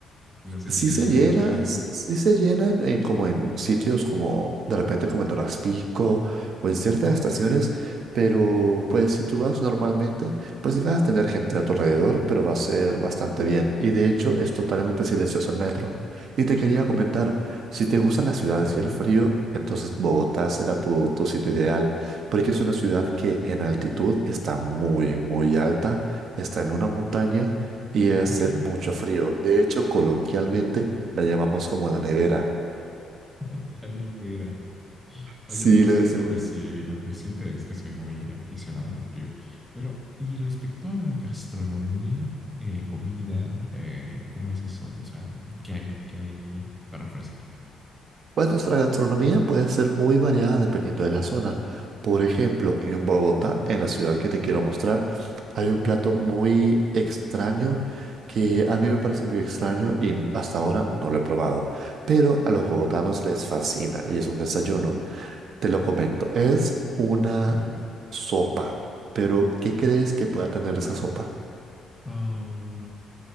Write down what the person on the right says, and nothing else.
Sí
se llena,
s- sí se llena en, en como en sitios como de repente como en Horas Pico o en ciertas estaciones, pero pues si tú vas normalmente, pues sí vas a tener gente a tu alrededor, pero va a ser bastante bien. Y de hecho es totalmente silencioso el metro. Y te quería comentar, si te gustan las ciudades
y el frío, entonces Bogotá será tu, tu sitio ideal, porque es una ciudad que en altitud está muy, muy alta, está en una montaña y hace
mucho frío. De hecho, coloquialmente la llamamos como la nevera.
Sí,
le decimos.
Pues nuestra gastronomía puede ser muy variada dependiendo de la zona. Por ejemplo, en Bogotá, en la ciudad que te quiero mostrar, hay
un plato muy extraño que a mí me parece muy extraño y hasta ahora no lo he probado. Pero a los bogotanos les fascina y es un desayuno. Te lo comento, es una
sopa. Pero, ¿qué crees que pueda tener esa sopa?